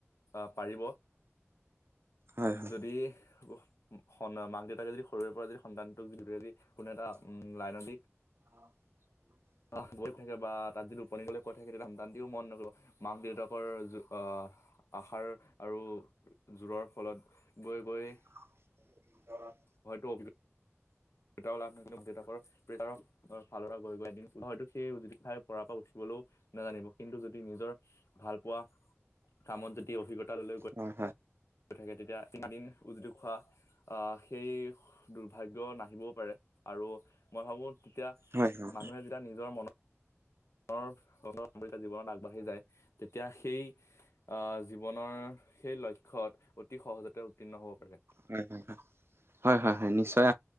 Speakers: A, on the left; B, on the right.
A: আহ পাৰিব
B: হয় হয়
A: যদি উ মাক দেউতাকে যদি সৰুৰে পৰা যদি সন্তানটোক যি দৰে যদি কোনো এটা উম লাইনত দি
B: অ সেইটো হয়
A: আহ গৈ থাকে বা তাত যি টোপনি গলে কৈ থাকে তেতিয়া সন্তানটিও মন নকৰিব মাক দেউতাকৰ যো আহ আহাৰ আৰু জোৰৰ ফলত গৈ, গৈ-
B: <inaudible>
A: হয়তো <unintelligible> দেউতাও লাভ নছিলে, দেউতাকৰ প্ৰেটাৰক অ ফালৰ পৰা গৈ, গৈ এদিন হয়তো সেই উজুতি খায় পৰাৰ পাও উঠিবলৈও নাজানিব কিন্তু যদি নিজৰ ভাল পোৱা কামত যতি অভিজ্ঞতা লৈ গৈ
B: হয়
A: থাকে তেতিয়া ইমানদিন উজুতি খোৱা আহ সেই দুৰ্ভাগ্য না নাহিবও পাৰে, আৰু মই ভাবো তেতিয়া
B: হয় হয় হয়
A: মানুহে যেতিয়া নিজৰ মনৰ <unintelligible> জীৱনত আগবাঢ়ি যায় তেতিয়া সেই অহ জীৱনৰ সেই লক্ষ্যত অতি সহজতে উত্তীৰ্ণ হ'ব পাৰে।
B: হয়, হয়, হয়, হয়, হয়, হয় নিশ্চয়।